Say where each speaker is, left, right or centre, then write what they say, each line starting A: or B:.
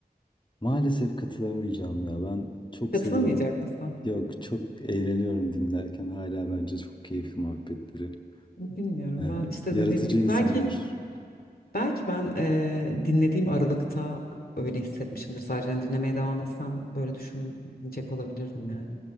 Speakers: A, on the left; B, on the left.
A: Maalesef katılamayacağım ya. Ben çok
B: Katılamayacak
A: seviyorum.
B: mısın?
A: Yok, çok eğleniyorum dinlerken. Hala bence çok keyifli muhabbetleri.
B: Bilmiyorum
A: Ee,
B: ben işte
A: yaratıcı
B: dediğim gibi
A: insanlar.
B: belki belki ben eee, dinlediğim aralıkta öyle hissetmişimdir sadece Yani dinlemeye devam etsem böyle düşünecek olabilirdim yani.